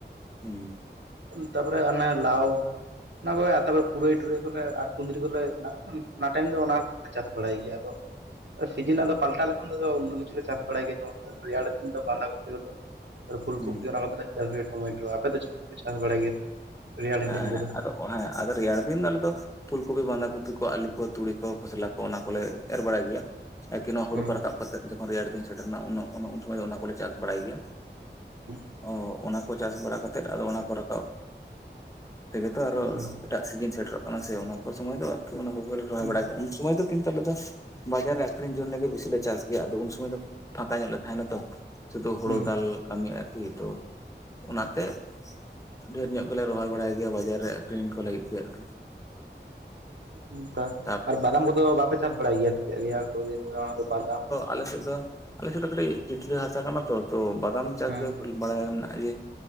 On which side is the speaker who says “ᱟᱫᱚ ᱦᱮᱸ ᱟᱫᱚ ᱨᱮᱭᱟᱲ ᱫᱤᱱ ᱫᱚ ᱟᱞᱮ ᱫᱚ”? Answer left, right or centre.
Left